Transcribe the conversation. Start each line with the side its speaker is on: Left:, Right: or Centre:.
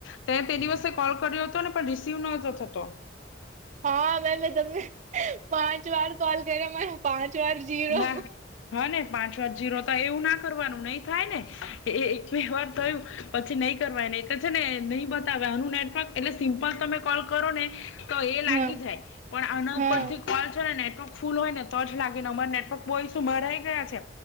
Left: તે તે દિવસે કોલ કર્યો હતો ને પણ રિસીવ નતો થતો
Right: હા મે મે તમને પાંચ વાર કોલ કર્યો મારે પાંચ વાર જીરો
Left: ના હા ને પાંચ વાર જીરો એવું ના કરવાનું ન‌ઈ થાય ને એ એક બે વાર થયું પછી ન‌ઈ કરવા ના છે ને ન‌ઈ બતાવઆનું નેટવર્ક એટલે સિમ્પલ તમે કોલ કરો ને તો એ લાગી
Right: હા
Left: જાય પણ આના
Right: હા
Left: ઉપર થી કોલ છે ને નેટવર્ક ફૂલ હોય ને તો જ લાગ ને આમાં નેટવર્ક બો ઇસ્યૂ મારા એક બે ગયા છે